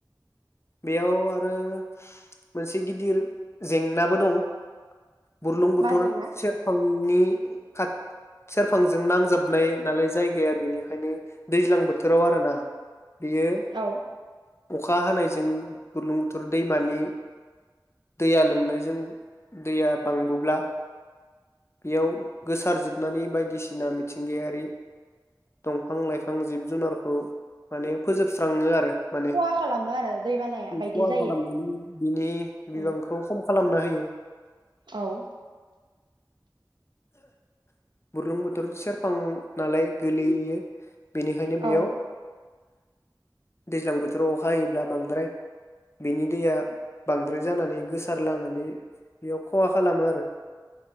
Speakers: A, on the left; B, on the right.
A: बेयाव आरो मोनसे गिदिर जेंनाबो दं। बुरलुं बुथोर
B: मा जेंना
A: सेरफांनि नि खाथ सेरफांजों नांजाबनाय नालाय जायगाया बेनिखायनो दैज्लां बोथोराव आरोना। बियो
B: औ
A: अखा हानायज जों बुर्लुंबुथुर दैमानि दैया लोमनायजों दैया बांबोब्ला बेयाव गोसारजोबनानै बायदिसिना मिथिंगायारि दंफां लाइफां जिब जुनारखौ माने फोजोबस्राङो आरो। माने
B: खहा खालामो आरो दैबानाया
A: बेखौ
B: बायदि
A: आं
B: जायो
A: खालामदों बिनि
B: औ
A: बिबांखौ खम खालाम नो हायो।
B: औ।
A: बुरलुंबुथुर सेरफां नालाय गोलैयो । बेनिखायनो
B: औ
A: बेयाव दैज्लां बोथोराव अखा हायोब्ला बांद्राय बिनि दैया बांद्राय जानानै गोसार लानानै बेयाव खहा खालामो आरो।